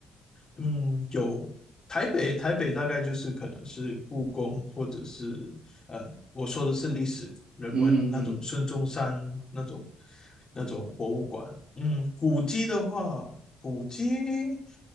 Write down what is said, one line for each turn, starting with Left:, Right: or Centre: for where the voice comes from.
Left: 嗯，有台北，台北大概就是可能是故宫，或者是呃，我说的是历史人文那种孙中山那种
Right: 嗯嗯嗯，
Left: 那种博物馆。嗯，古迹的话，古迹